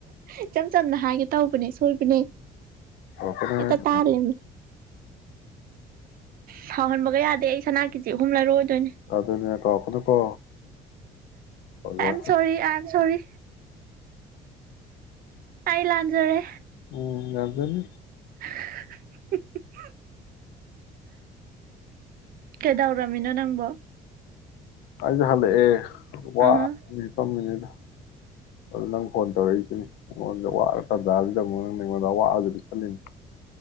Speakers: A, on the right; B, on the left.
A: ꯏꯆꯝ ꯆꯝꯅ ꯍꯥꯏꯒꯦ ꯇꯧꯕꯅꯦ ꯁꯣꯏꯕꯅꯦ
B: ꯀꯥꯎꯔꯛꯀꯅꯣ
A: ꯍꯦꯛꯇ ꯇꯥꯂꯩꯃꯤ ꯁꯥꯎꯟꯃꯛ ꯑꯩ ꯁꯅꯥ ꯀꯦꯖꯤ ꯑꯍꯨꯝ ꯂꯩꯔꯑꯣꯗꯣꯏꯅꯦ
B: ꯑꯗꯨꯅꯦ ꯀꯥꯎꯔꯛꯀꯅꯨꯀꯣ ꯑꯣꯖꯥ
A: ꯑꯥꯏ am sorry I am sorry ꯑꯩ ꯂꯥꯟꯖꯔꯦ
B: ꯎꯝ ꯌꯥꯖꯅꯤ
A: <unintelligible> ꯀꯦꯗꯥꯎꯔꯝꯃꯤꯅꯣ ꯅꯪꯕꯣ
B: ꯑꯩ ꯗꯤ ꯍꯜꯂꯛ ꯑꯦ ꯋꯥꯕꯅꯥ
A: ꯑꯥ
B: ꯍꯤꯞꯄꯝꯃꯤꯅꯤꯗ ꯑꯗꯨ ꯅꯪ ꯐꯣꯟ ꯇꯧꯔꯛꯏꯁꯤꯅꯤ ꯑꯩꯉꯣꯟꯗ ꯋꯥꯔ ꯇꯟꯖꯥꯁꯤꯗ ꯑꯃꯨꯛ ꯅꯪꯅ ꯑꯩꯉꯣꯟꯗ ꯑꯋꯥꯕꯗꯨ ꯄꯤꯁꯜꯂꯤꯅꯤ